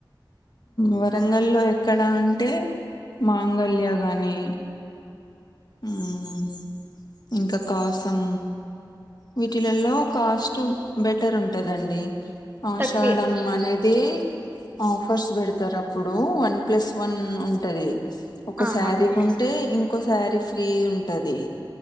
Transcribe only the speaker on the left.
వరంగల్లో ఎక్కడ అంటే మాంగళ్య గాని ఊమ్ ఇంకా కాసం వీటిలలో కాస్ట్ బెటర్ ఉంటదండి ఆషడం
అనేది ఆఫర్స్ బెడతరు అప్పుడు వన్ ప్లస్ వన్ ఉంటది ఒక
శారీకి
కొంటే ఇంకో శారీ ఫ్రీ ఉంటది